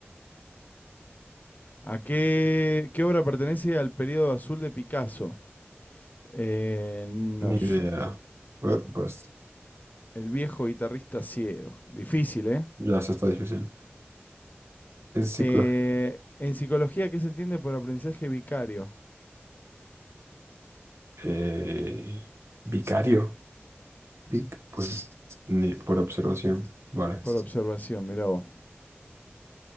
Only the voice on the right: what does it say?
Ni
idea. A ver, pues
ya se está difícil. Es psicología.
Eh, vicario. Vic, pues ni por observación, vale.